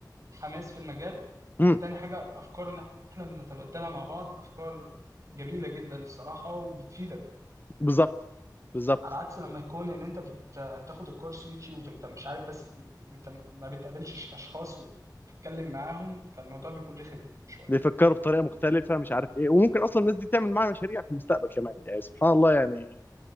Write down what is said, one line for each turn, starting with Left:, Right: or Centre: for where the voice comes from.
Right: حماس في المجال
Left: امم
Right: تاني حاجة الأفكار اللي احنا بنتبادلها مع بعض أفكار جميلة جدا الصراحة وبتفيدك
Left: بالظبط بالظبط
Right: على عكس لما يكون إن أنت بتاخد الكورس يوتيوب أنت مش عارف بس أنت ما بتقابلش أشخاص وتتكلم معاهم فالموضوع بيكون رخم شوية
Left: بيفكروا بطريقه مختلفه مش عارف ايه وممكن اصلا الناس دي تعمل معاها مشاريع في المستقبل كمان يعني سبحان الله يعني